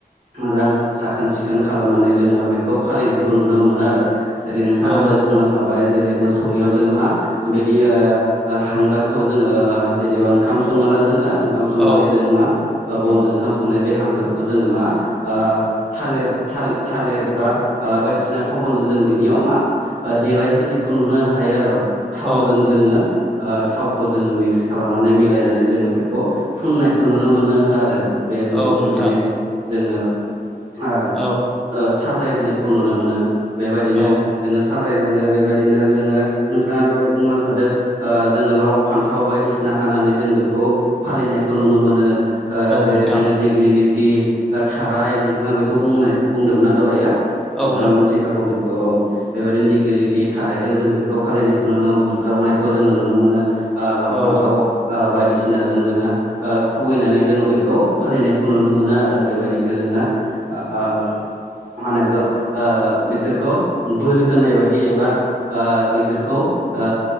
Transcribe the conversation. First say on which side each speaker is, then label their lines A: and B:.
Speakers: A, on the right; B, in the centre.
A: मोजां साखोन सिखोन खालामनानै जोङो बेखौ फालिनायखौ नुनो मोनो आरो जेरै नोंथाङा
B: औ नोंथां औ
A: दहाय बुंलांखाबाय जेरै मोसौनियाव जोङो मा बेनि ओ हांगारखौ जोङो ओ जेनेबा ओंखाम संङोना ज जोङो ओंखाम संनानै
B: औ
A: जों मा ओ बनजों ओंखाम संनाय बे हांगारखौ जोङो मा ओ थालिर थालि थालिर एबा ओ बायदिसिना थखनजों जों बिनियाव मा ओ देलायहोनायखौ नुनो हायो आरो थावजों
B: औ
A: जोङो ओ थावखौ जोङो मिक्स खालामनानै मिलायनानै जोङो बेखौ खौ फुननायखौ नुनो मोनो हो आरो बे मोसौखौ
B: औ नोंथां
A: जेनेबा जोङो ओ
B: औ
A: ओ साजाय होनायखौ नुनो मोनो बेबायदिनो
B: औ
A: जोङो साजाय साजायलाङो बेबायदिनो जोङो नोंथांआ दहाय बुंलांखादो ओ जोङो लाव फान्थाव बायदिसिना हानानै जों बेखौ फालिनायखौ नुनो मोनो, ओ जेरै
B: नोंथां
A: जोङो दिग्लि लिति ओ थाराय ओ बेखौ बुंनाय बुंदोंमोनना दहायो
B: औ
A: नोंथाङा
B: औ
A: मिथिखागौ बेखौ औ, बेबायदिनो दिगलिटि थारायजों जों बेखौ फालिनायखौ नुनो बुज्रावनायखौ जोङो नुनो मोनो, ओ लाव
B: औ नंगौ
A: फान्थावाव ओ बायदिसिना जों जोङो ओ खुबैनानै जोङो बेखौ फालिनायखौ नुनो मोनो आरो बेबायदिनो जोङो ओ मा होनो बेखौ ओ बिसोरखौ बोर होनाय बायदि एबा ओ बिसोरखौ ओ